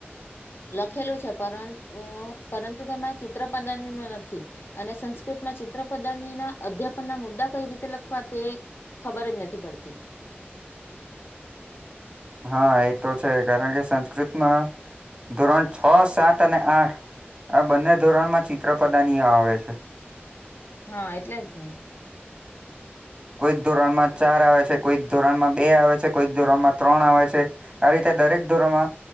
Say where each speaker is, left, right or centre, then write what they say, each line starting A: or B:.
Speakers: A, on the left; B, on the right.
A: લખેલું છે પરુ પરંતુ તેમાં ચિત્રપદની ન નથી. અને સંસ્કૃતમાં ચિત્રપદાની ના અધ્યાપન ના મુદ્દા કઈ રીતે લખવા તે ખબર જ નથી પડતી.
B: હા એ તો છે કારણ કે સંસ્કૃતમાં ધોરણ છ, સાત અને આઠ આ બંને ધોરણમાં ચિત્રપદાનીઓ આવે છે.
A: હા એટલે જ ને.
B: કોઈક ધોરણમાં ચાર આવે છે કોઈક ધોરણમાં બે આવે છે કોઈક ધોરણમાં ત્રણ આવે છે. આ રીતે દરેક ધોરણમાં